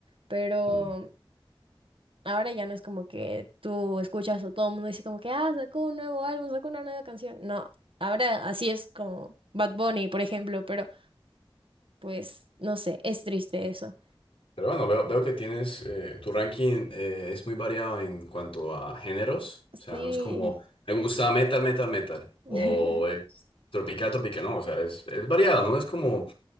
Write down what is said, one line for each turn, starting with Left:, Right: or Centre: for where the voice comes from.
Right: pero
Left: Mm.
Right: ahora ya no es como que tú escuchas o todo el mundo dice como que, ah, sacó un nuevo álbum, sacó una nueva canción. No, ahora así es como Bad Bunny, por ejemplo, pero pues no sé, es triste eso.
Left: Pero bueno, veo, veo que tienes, eh, tu ranking eh, es muy variado en cuanto a géneros.
Right: Sí,
Left: O sea, no es como, me gusta metal, metal, metal.
Right: <laughs>
Left: O es tropical, tropical. No, o sea, es, es variado, ¿no? Es como